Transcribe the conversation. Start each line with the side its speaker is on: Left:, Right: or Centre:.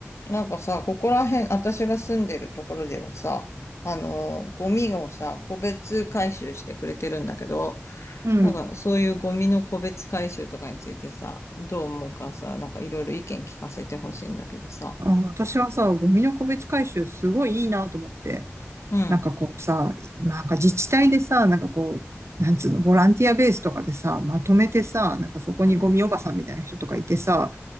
Left: なんかさ、ここら辺、私が住んでるところではさ、あのー、ゴミをさ、個別回収してくれてるんだけど、
Right: うん。
Left: なんかそういうゴミの個別回収とかについてさ、どう思うかさ、なんかいろいろ意見聞かせてほしいんだけどさ。
Right: あ、私はさ、ゴミの個別回収すごいいいなと思って。
Left: うん、
Right: なんかこうさ、なんか自治体でさ、なんかこう、なんつうの、ボランティアベースとかでさ、まとめてさ、なんかそこにゴミおばさんみたいな人とかいてさ、
Left: うん、